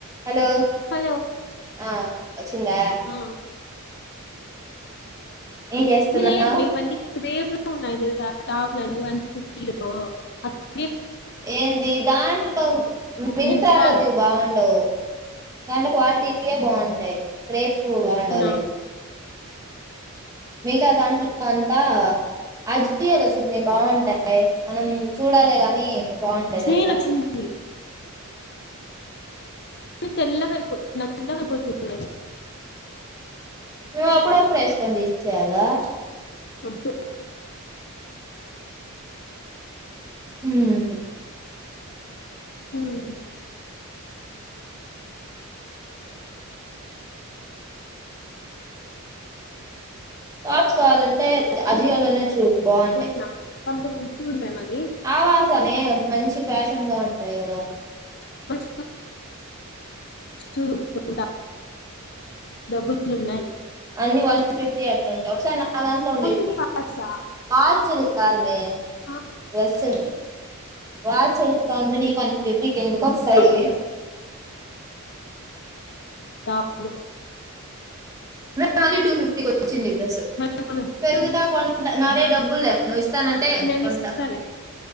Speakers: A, on the right (about 15°); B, on the left (about 50°).
A: హలో
B: హలో
A: ఆ వచ్చిందా
B: ఆ
A: ఏం చేస్తున్నా
B: మీ ఏంది మీవన్నీ క్రేప్ ఉన్నాయి తెలుసా టాకుల వన్ ఫిఫ్టీలో అే
A: ఏంది దాంట్లో మింతాలుటివి
B: మింత్రాలో
A: బాగుండవు కనీ క్వాలిటీవే బాగుంటయి రేప్ పో బాగుండాలె
B: అవునా
A: మితా దాంట్లో అంతా అజ్కీలో చూడ్మీ బాగుంట ఎ మనం చూడాలే గానీ బాగుంటాయి
B: చైన్
A: తెలుసా
B: వచ్చింది తెల్లగైపొద్ది అందుకే నకొదు కూడా
A: నువ్వు అప్పుడప్పుడు వేసుకొని తీసేయాలా
B: ఒద్దు
A: హుమ్
B: ఉమ్
A: టార్చ్ కావాలంటే అజియోలోనే బాగుంటై
B: అవునా పంపిణీ చూడు మేము అది
A: ఆవాసమే మంచి ఫ్యాషన్ గా ఉంటాయ్ గదా
B: <inaudible> చూడు కుంట డబులున్నాయ్
A: అన్నీ వన్ ఫిఫ్టీ అట్లుంటాయి ఒకసారి నా దాంట్లో ఉండే
B: కంపెనీ వాట్సా
A: వాచ్చులు కాదు మే
B: ఆ,
A: డ్రెస్ మే వాచ్లు కంపెనీ వన్ ఫిఫ్టీ కెందుకొస్తాయి
B: అదే. తాప్పుడు
A: మే మళ్ళీ టూ ఫిఫ్టీకొచ్చింది ఈ డ్రస్,
B: మళ్ళీ కొను.
A: పెరుగుతా కొంట నారే డబ్బులు లే నువ్విస్తానంటే
B: నేను
A: కొంట
B: ఇస్తాలే